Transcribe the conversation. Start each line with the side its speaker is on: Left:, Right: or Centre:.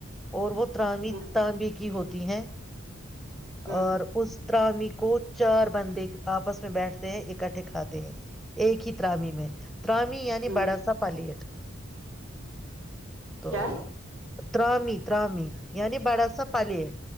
Centre: اور وہ ترامی
Right: ہوں
Centre: تانبے کی ہوتی ہیں
Right: ہوں
Centre: اور اس طرح بھی کو چار بندے آپس میں بیٹھتے ہیں اکٹھے کھاتے ہیں ایک ہی ترامی میں ترامی یعنی
Right: ہوں
Centre: بڑا سا پلیٹ تو
Right: کیا
Centre: ترامی ترامی یعنی بڑا سا پلیٹ